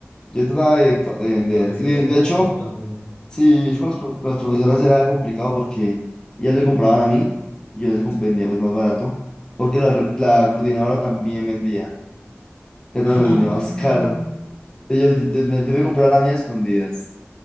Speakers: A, on the left (about 15°); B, on the left (about 50°).
A: yo trataba de, de vender.
B: El parcero
A: Y de
B: menos
A: de hecho...
B: parlón.
A: Sí, yo con las, con las profesoras era complicado porque ellas me compraban a mí y yo les comp-
B: Sí.
A: vendía pues más barato, porque la, la coordinadora también vendía, pero
B: <laughs>
A: le vendía más caro.
B: Ay,
A: Entonces yo te- me debe comprar a mí a escondidas.